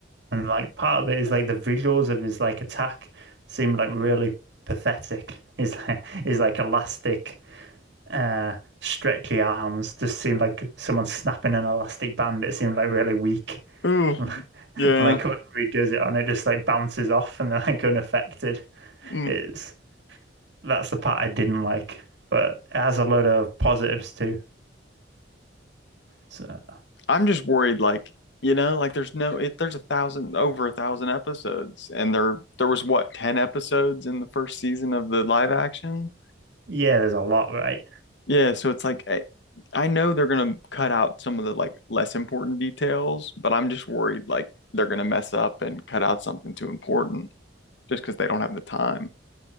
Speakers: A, on the right (about 65°); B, on the left (about 65°).
A: And like part of it is like the visuals of his like attack seemed like really pathetic. <laughs> His like his like elastic uh stretchy arms just seemed like someone snapping an elastic band. It seemed like really weak.
B: Ooh.
A: <laughs>
B: Yeah.
A: Like whoever he does it on, it just like bounces off and they're like unaffected.
B: Mm-hmm.
A: It's that's the part I didn't like. But it has a load of positives too. So
B: I'm just worried, like, you know, like there's no, if there's a thousand, over a thousand episodes, and there, there was what, 10 episodes in the first season of the live action?
A: yeah, there's a lot, right?
B: Yeah. So it's like, I, I know they're going to cut out some of the like less important details, but I'm just worried, like, they're going to mess up and cut out something too important just because they don't have the time.